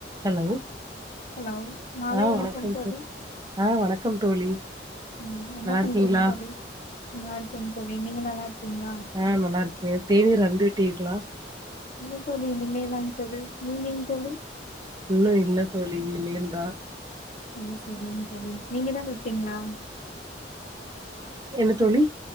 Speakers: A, on the right (about 20°); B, on the left (about 40°).
A: Hello
B: hello மாலை
A: ஆ வணக்கம்
B: தோழி
A: தோ ஆ வணக்கம் தோழி
B: ம் என்ன
A: நல்லா
B: பண்றீங்க
A: இருக்கீங்களா
B: தோழி நல்லா இருக்கேங்க தோழி நீங்க நல்லா இருக்கீங்களா
A: ஆ நல்லா இருக்கே தேநீர் அருந்து விட்டீர்களா
B: இல்ல தோழி இனிமேல் தாங் தோழி நீங்கள் தோழி
A: இன்னு இல்ல தோழி இனிமேல்தா
B: செரி செரி செரிங்க தோழி நீங்கதா கூப்டிங்ளா
A: என்ன தோழி